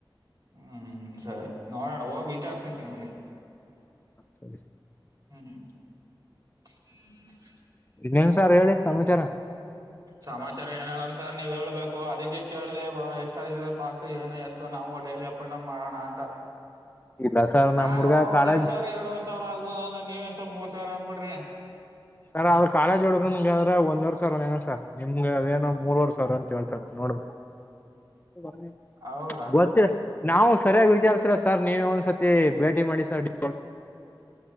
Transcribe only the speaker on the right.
ಹ್ಮ್ ಸರಿ ನೋಡೋಣ ಹೋಗಿ ವಿಚಾರಿಸಕೊಂತಿನಿ
ಹ್ಮ್ <unintelligible>
ಸಮಾಚಾರ ಏನ ಹೇಳೋಣ ಸರ್ ನೀವು ಹೇಳ್ಬೇಕು ಅದಕ್ಕೆ ಕೇಳ್ದ ಎಷ್ಟ ಪಾಸ ಏನೇ ಇತ್ತು ನಾವು ಡೈಲಿ ಅಪ್ ಆಂಡ್ ಡೌನ್ ಮಾಡೋಣ ಅಂತ
ನಾನು
ಒಂದ್
ಎರಡ್ ಸಾವಿರ ಎರಡ್ವವರ್ ಸಾವಿರ ಆಗ್ಬೋದು ಅಂದ್ರೆ ನೀವನ್ಸ ಮೂರ್ ಸಾವಿರ ಅನ್ಬಿಡ್ರಿ
ಹೌದಾ